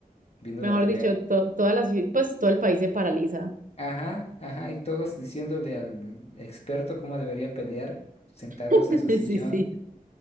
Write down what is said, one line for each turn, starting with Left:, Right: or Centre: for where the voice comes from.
Left: viendo
Right: Mejor
Left: la pelea.
Right: dicho, to- toda la, ci- pues todo el país se paraliza.
Left: Ajá, ajá, y todos diciéndole al experto cómo debería pelear, sentados
Right: <laughs>
Left: en su sillón.
Right: Sí, sí.